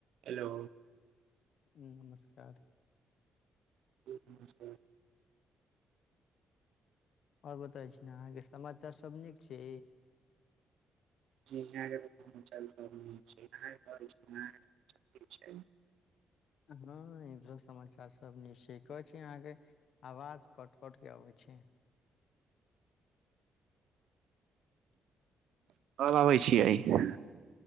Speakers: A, on the right (about 75°); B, on the left (about 65°).
A: Hello
B: ऊँ नमस्कार।
A: जी नमस्कार।
B: आओर बताबै छी ने अहाँके समाचार सभ नीक छी।
A: जी यहाँक समाचार सब नीक छै। <unintelligible> की छै?
B: हँ इधर समाचार सब नीक छै। कहै छी अहाँ के आवाज कट कट के अबैत छै। छै
A: आब आबै छियै ऐ घर।